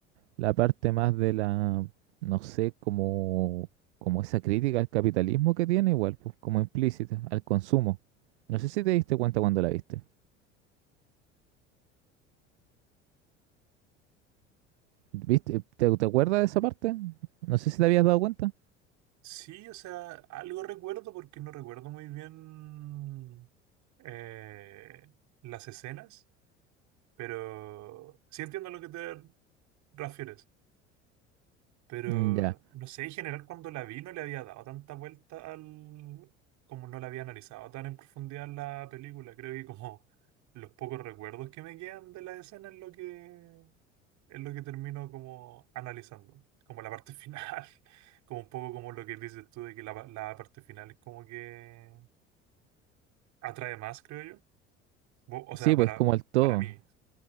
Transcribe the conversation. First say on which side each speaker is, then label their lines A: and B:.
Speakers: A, on the right (about 65°); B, on the right (about 50°).
A: la parte más de la, no sé, como, como esa crítica al capitalismo que tiene, igual, pues como implícita, al consumo. No sé si te diste cuenta cuando la viste. ¿Viste? ¿Te, te acuerdas de esa parte? No sé si te habías dado cuenta.
B: Sí, o sea, algo recuerdo porque no recuerdo muy bien eh, las escenas, pero sí entiendo a lo que te refieres. Pero
A: Mm, Ya.
B: no sé, en general cuando la vi no le había dado tanta vuelta al... como no la había analizado tan en profundidad la película. Creo que como los pocos recuerdos que me quedan de la escena es lo que es lo que termino como analizando. Como la parte final. <laughs> Como un poco como lo que dices tú de que la, pa- la parte final es como que atrae más, creo yo. Bo- O
A: Sí,
B: sea,
A: pues
B: para,
A: como el todo.
B: para mí.